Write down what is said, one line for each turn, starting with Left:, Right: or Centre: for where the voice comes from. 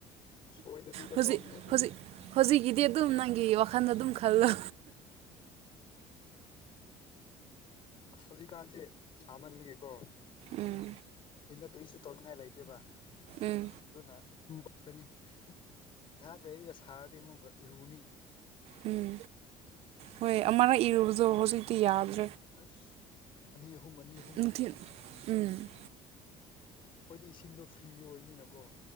Left: ꯁꯣꯏꯗꯕꯤꯗ
Right: ꯍꯧꯖꯤꯛ
Left: ꯇꯧꯔꯅꯤꯅꯦ ꯑꯗꯨꯗꯤ
Right: ꯍꯧꯖꯤꯛ ꯍꯧꯖꯤꯛꯀꯤꯗꯤ ꯑꯗꯨꯝ ꯅꯪꯒꯤ ꯋꯥꯈꯜꯗ ꯑꯗꯨꯝ ꯈ ꯍꯜꯂꯣ
Left: ꯑ ꯁꯖꯤꯛꯀꯥꯟꯁꯦ ꯁꯥꯃꯟꯕꯒꯦꯀꯣ
Right: ꯎꯝ
Left: ꯑꯩꯅ ꯀꯔꯤꯁꯨ ꯇꯧꯅꯤꯡꯉꯥꯏ ꯂꯩꯇꯦꯕ
Right: ꯎꯝ
Left: ꯑꯗꯨꯅ ꯉꯍꯥꯛ ꯂꯩꯒ ꯁꯥꯔꯗꯤ ꯑꯃꯨꯒ ꯏꯔꯨꯅꯤ
Right: ꯎꯝ ꯍꯣꯏ ꯑꯔ ꯏꯔꯨꯕꯗꯣ ꯍꯧꯖꯤꯛꯇ ꯌꯥꯗ
Left: ꯑꯁ ꯑꯅꯤ ꯑꯍꯨꯝ ꯑꯅꯤ ꯑꯍꯨꯝ
Right: ꯅꯨꯡꯊꯤꯟ ꯎꯝ
Left: ꯑꯩꯈꯣꯏꯗꯤ ꯏꯁꯤꯡꯗꯣ ꯐ꯭ꯔꯤ ꯑꯣꯏꯅꯤꯅꯀꯣ